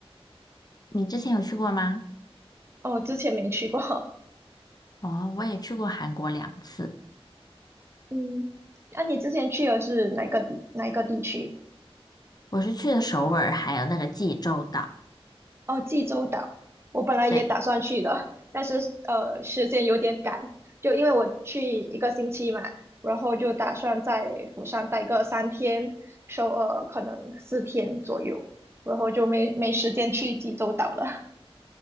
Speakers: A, on the left (about 40°); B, on the right (about 25°).
A: 你之前有去过吗？
B: 哦，之前没去过。
A: 哦，我也去过韩国两次，
B: <laughs> 嗯，那、你之前去的是哪个地哪个地区？
A: 我是去的首尔，还有那个济州岛。
B: 哦，济州岛。我本来也打算去的，
A: 对，
B: 但是呃时间有点赶，就因为我去一个星期嘛，然后就打算在釜山待个三天，首尔可能四天左右，然后就没没时间去济州岛了。